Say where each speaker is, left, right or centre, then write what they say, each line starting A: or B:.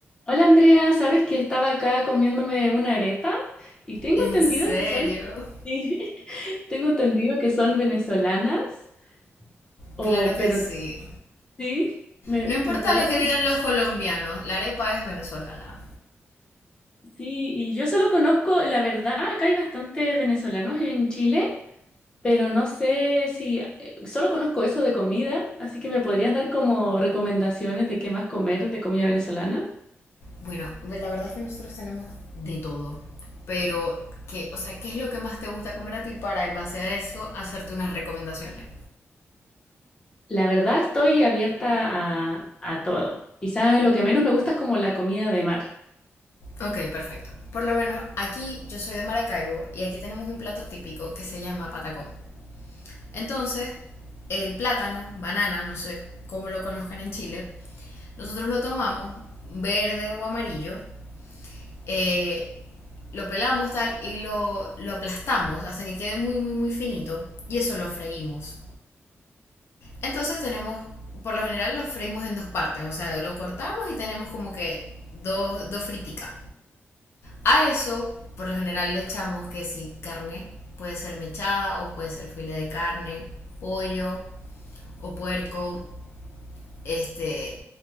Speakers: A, on the left; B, on the left.
A: Hola Andrea, ¿sabes que estaba acá comiéndome una arepa? Y tengo
B: ¿En
A: entendido
B: serio?
A: que son, sí, <laughs> tengo entendido que son venezolanas, o,
B: Claro que
A: pero
B: sí.
A: sí, me,
B: No importa
A: me podría
B: lo que
A: contar.
B: digan los colombianos, la arepa es venezolana.
A: Sí, y yo solo conozco, la verdad, acá hay bastantes venezolanos en Chile, pero no sé si, eh, solo conozco eso de comida, así que me podrías dar como recomendaciones de qué más comer de comida venezolana.
B: Bueno, la verdad es que nosotros tenemos de todo, pero que, o sea, ¿qué es lo que más te gusta comer a ti para en base a eso hacerte unas recomendaciones?
A: La verdad estoy abierta a, a todo. Quizás lo que menos me gusta es como la comida de mar.
B: Ok, perfecto. Por lo menos aquí yo soy de Maracaibo y aquí tenemos un plato típico que se llama patacón. Entonces, el plátano, banana, no sé cómo lo conozcan en Chile, nosotros lo tomamos verde o amarillo eh, lo pelamos tal y lo, lo aplastamos hasta que quede muy, muy, muy finito. Y eso lo freímos. Entonces tenemos, por lo general lo freímos en dos partes, o sea, lo cortamos y tenemos como que dos, dos friticas. A eso, por lo general le echamos que si carne, puede ser mechada o puede ser filete de carne, pollo o puerco, este,